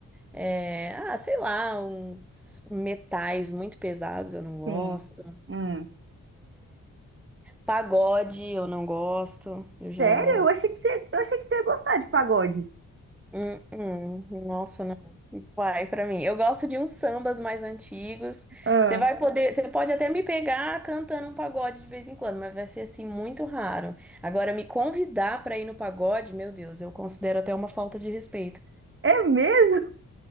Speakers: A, in the centre; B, on the right.
A: é, ah, sei lá, uns metais muito pesados, eu não gosto.
B: sim. Hum.
A: Pagode, eu não gosto. Eu já.
B: Sério? Eu achei que você, eu achei que você ia gostar de pagode.
A: Hum, hum, nossa, não vai pra mim. Eu gosto de uns sambas mais antigos.
B: Ah.
A: Você vai poder, você pode até me pegar cantando um pagode de vez em quando, mas vai ser assim muito raro. Agora, me convidar pra ir no pagode, meu Deus, eu considero até uma falta de respeito.
B: É mesmo?